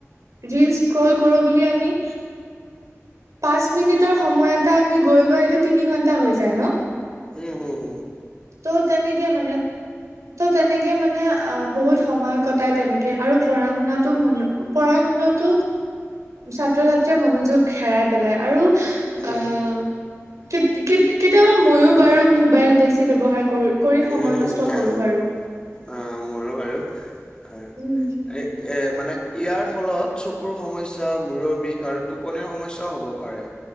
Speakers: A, on the right; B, on the left.
A: ৰিল স্ক্ৰল কৰো বুলি আমি পাঁচ মিনিটৰ সময় এটা আমি গৈ, গৈ সেইটো তিনি ঘন্টা হৈ যায় ন।
B: উম, উম।
A: ত' তেনেকে মানে তো তেনেকৈ মানে বহুত সময় কটায় তেনেকৈ। আৰু পঢ়া শুনাতো মন পঢ়া শুনাত ছাত্ৰ-ছাত্ৰীয়ে মনোযোগ হেৰাই পেলাই। আৰু
B: উম।
A: আহ কেত কেতিয়াবা মইও বাৰু মোবাইল বেছি ব্যৱহাৰ কৰো কৰি সময়
B: উম,
A: নষ্ট কৰো
B: আহ,
A: বাৰু।
B: আহ, মোৰো বাৰু। হয়।
A: উম।
B: এ এ, মানে ইয়াৰ ফলত চকুৰ সমস্যা, মূৰৰ বিষ, আৰু টোপনিৰ সমস্যাও হ'ব পাৰে।